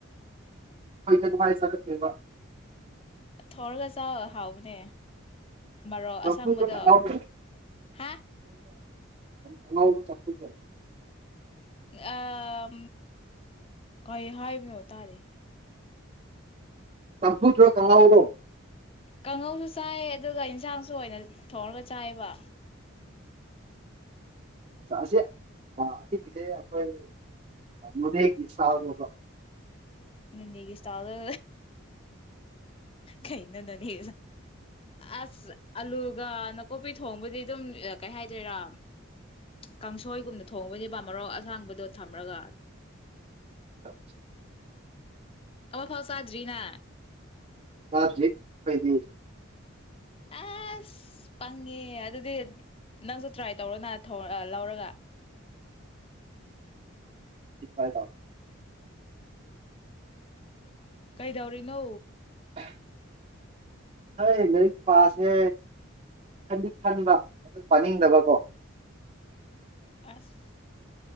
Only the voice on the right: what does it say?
ꯑꯩꯣꯏ ꯊꯐꯁꯥꯦꯕ
ꯆꯝꯐꯨꯠꯂꯣ
ꯀꯥꯡꯉꯧꯔꯣ
ꯑꯉ ꯆꯗ
ꯁꯝꯐꯨ꯭ꯔꯣ ꯀꯃ ꯂꯣ
ꯑꯁꯤꯦ ꯑꯁꯤ ꯀꯦ ꯑꯩꯣꯏ ꯃꯗ ꯁꯥꯗꯕ
ꯑ
ꯇꯥꯖ ꯄꯗꯤꯔ
ꯇꯥ
<unintelligible> ꯍꯣꯏ ꯂꯥꯏꯔꯤꯛ ꯄꯥꯁꯦ ꯈꯗꯤ ꯈꯟꯕ ꯑꯗꯨ ꯄꯥꯅꯤꯡꯗꯕꯀꯣ